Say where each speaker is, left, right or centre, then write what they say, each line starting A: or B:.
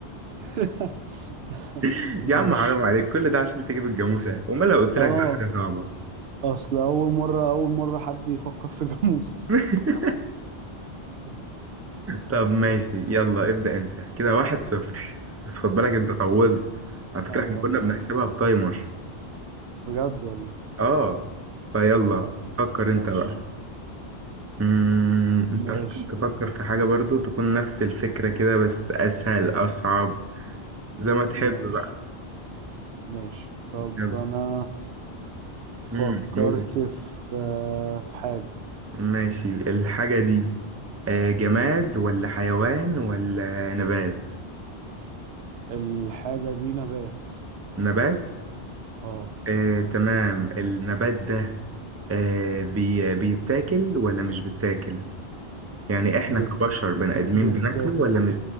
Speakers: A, on the right (about 70°); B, on the right (about 15°).
A: <laughs>
B: <laughs>
A: ماشي
B: يا عم حرام عليك كل ده عشان تجيب الجاموسه امال لو قلت
A: اه
B: لك بقى حاجه صعبه
A: اصل اول مرة اول مرة حد يفكر في جاموسة
B: <laughs>
A: <laughs>
B: طب ماشي
A: طب
B: يلا ابدأ انت كده واحد صفر بس خد بالك
A: طيب
B: انت طولت على فكرة
A: ايوه
B: احنا كنا
A: انا طول
B: بنحسبها بتايمر
A: بجد والله
B: اه فيلا
A: طب
B: فكر
A: ماشي
B: انت بقى مم... انت
A: ماشي
B: ممكن تفكر في حاجة برضو تكون نفس الفكرة كده بس اسهل اصعب زي ما تحب
A: ماشي
B: بقى
A: ماشي طب
B: يلا
A: انا فكرت
B: مم، قول.
A: في آه، في حاجة
B: ماشي الحاجة دي آه، جماد ولا حيوان ولا نبات
A: الحاجة دي نبات
B: نبات
A: اه
B: آه، تمام النبات ده آه بي بيتاكل ولا مش بيتاكل يعني احنا
A: بيت-
B: كبشر بني
A: بيتاكل
B: ادمين بناكله ولا مش